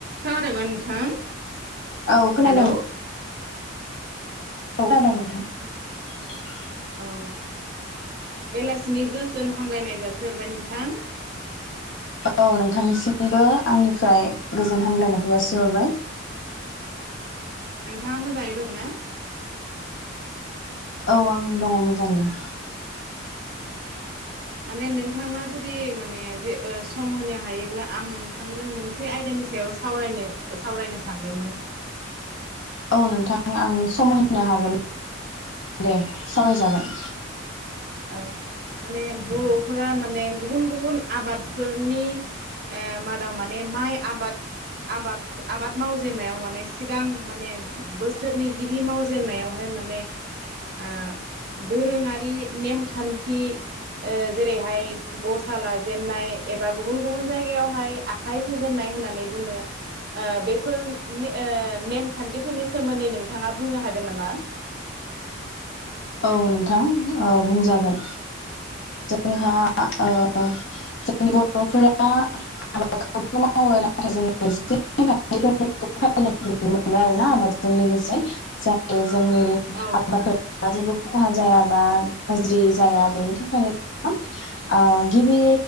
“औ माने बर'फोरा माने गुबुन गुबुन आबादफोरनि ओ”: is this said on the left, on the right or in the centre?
Right